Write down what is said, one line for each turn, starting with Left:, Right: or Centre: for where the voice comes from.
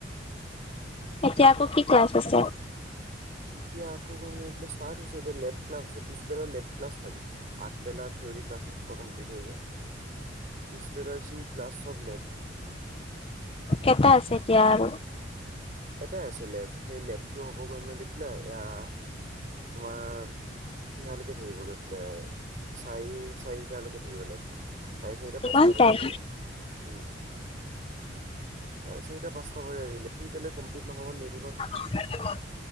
Left: এতিয়া আকৌ কি ক্লাছ আছে?
Right: এতিয়া আকৌ মানে এইফালে ষ্টাৰ্ট হৈছে এতিয়া লেব ক্লাছ আছে পিছবেলা লেব ক্লাছ থাকে। আগবেলা থিঅৰি ক্লাচেছ পুৰা কমপ্লিট হৈ যায় পিছবেলা যি ক্লাছ চব লেব।
Left: কেটা আছে এতিয়া আৰু?
Right: এটাই আছে লেব সেই লেবটো হ'ব গৈ মেলি পেলাই এয়া তোমাৰ ইয়ালৈকে থাকিব গৈ পেলাই চাৰি চাৰিটালেকে থাকিব লেব চাৰে চাৰিটা পাঁচটা
Left: ইমান
Right: বজাব
Left: টাইম
Right: উম। চাৰে চাৰিটা পাঁচটা বজাই দিলে কি এটিয়ালে কমপ্লিট নহ'ব নিদিব নহয়।
Left: <unintelligible>